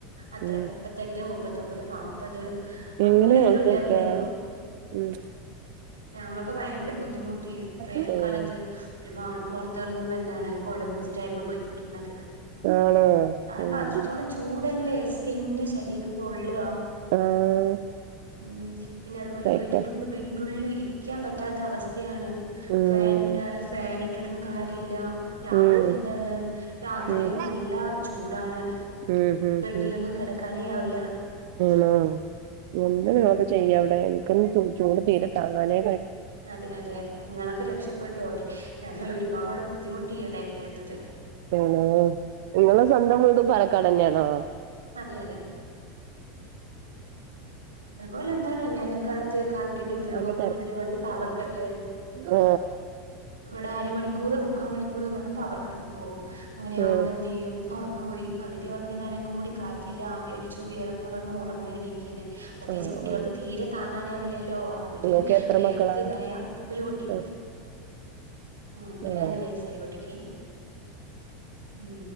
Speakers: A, on the right; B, on the right.
A: അത്ര
B: ഉം
A: മുപ്പത്തെട്ട് മുപ്പത്തൊൻമ്പത് നാപ്പത് അപ്പ അത് അങ്ങനെ
B: എങ്ങനെ
A: ഒരു
B: നിക്കാ
A: ലെവല ആായിരുന്നുോ
B: ഉം
A: ഞങ്ങളൊക്കെ ഭയങ്കര ബുദ്ധിമുട്ടി വേനൽക്കാലത്ത്
B: ഉം
A: ഒരു മാട് പുറത്തിറങ്ങുമ്പോ എന്താണ് കോട പിടിച്ചിട്ടായിരുന്നു പോയിക്കൊണ്ടിരുന്നത്
B: ആണോ
A: കാരണം
B: ഉം
A: അത്രത്തോളം ചൂടല്ലേ സ്കിന്ന് ശരീരം പൊള്ളവാ
B: ആഹ്
A: ഉ പിന്നെ അതുപോലെ
B: കഴിക്കാം
A: വീടിൻ്റെള്ളിൽ വീടിൻ്റെ ഉള്ളിൽ ഇരിക്കാൻ പറ്റാത്ത അവസ്ഥയാണ്
B: ഉം
A: ഫാൻ ഇട്ടാലും ഫൻ ഇട്ടിട്ടും കാര്യമില്ല രാത്രി
B: ഉം
A: എന്താണ് രാത്രിയും
B: ഉം
A: നല്ല ചൂടാണ്
B: ഉം ഹ
A: ബെഡിലൊന്നും
B: ഹ
A: കിടക്കാനേ ആവില്ല
B: ണ എന്ത്
A: ഉം
B: നിൊക്കെ ചെയ്യാം അവിടെ എനക്ക്ന്ന് ചൂട് തീരെ താങ്ങാനെ
A: അതെ അതെ നിങ്ങളൊക്കെ രക്ഷപ്പെട്ടു അവിടെ ഞങ്ങൾ ഒരുപാട് ബുദ്ധിമുട്ടിടെ ഇരണ്ട്
B: അന നിങ്ങെ സ്വന്തം വീട് പാലക്കാട് തന്നെയാണോ
A: അതെ അതെ അതുപോലെ എന്താണ് വേനൽക്കാലത്ത് കറണ്ടിന്റെ ഉപയോഗം
B: അന്റെ
A: കൂടുതലമായിട്ട് പവർ കട്ട്
B: ഓ
A: ഇവിടെ അരമണിക്കൂർ മുക്കാൽ മണിക്കൂർ പറഞ്ഞ് പവർക്കട്ടും പോകും അങ്ങനെയാകുമ്പോ
B: ആഹ്
A: എന്തു ചെയ്യും ഉറ ക്കം പോയി പകുതി ഉറങ്ങിയതാണെ കൂടി കാറ്റില്ല ആവി അടിച്ചു വേർപ്പ് പറഞ്ഞ് ഉറങ്ങി എണീക്കന്നെ പ്രത്യേകിച്ച്
B: ആഹ്
A: കുട്ടികൾക്ക്
B: ആഹ്
A: തീരെ താങ്ങാനാവില്ലല്ലോ അവര്
B: നിങ്ങൾക്ക് എത്ര
A: വേർത്തതായ
B: മക്കളാ
A: ഒരു കുട്ടി
B: ആഹ്
A: ഉം
B: ആഹ്
A: രണ്ടു വയസായി ഊട്ടിക്ക് ഉം